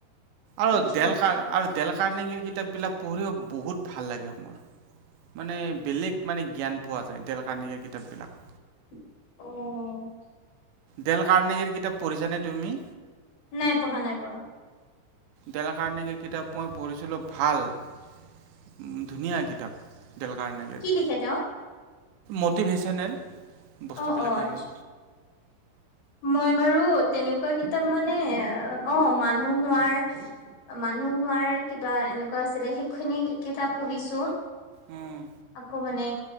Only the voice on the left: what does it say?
আচ্ছা
আচ্ছা
অ',
নাই পঢ়া-নাই পঢ়া।
কি লিখে তেওঁ
অ অ আচ্ছা
মই বাৰু তেনেকুৱা কিতাপ মানে অ, মানুহ হোৱাৰ মানুহ হোৱাৰ কিবা এনেকুৱা আছিলে সেইখিনি কিতাপ পঢ়িছো।
আকৌ মানে